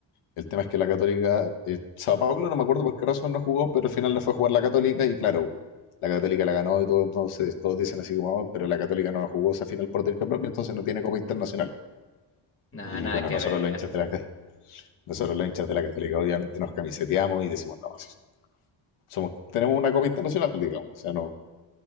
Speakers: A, on the left; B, on the left.
A: El tema es que la Católica, eh, Sao Paulo, no me acuerdo por qué razón no jugó, pero al final la fue a jugar la Católica y claro, la Católica la ganó y todo, entonces todos dicen así como, "Ah, pero la Católica no jugó esa final por derecho propio, entonces no tiene Copa Internacional.
B: Nada,
A: Y
B: nada
A: bueno,
B: que
A: nosotros
B: ver.
A: los hinchas de la, <laughs> nosotros los hinchas de la Católica obviamente nos camiseteamos y decimos, no, si somos, tenemos una Copa Internacional, digamos, o sea, no,